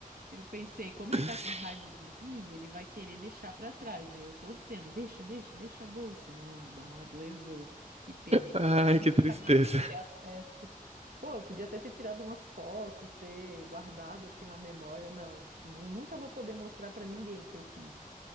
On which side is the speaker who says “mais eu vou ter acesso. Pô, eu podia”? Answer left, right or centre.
Right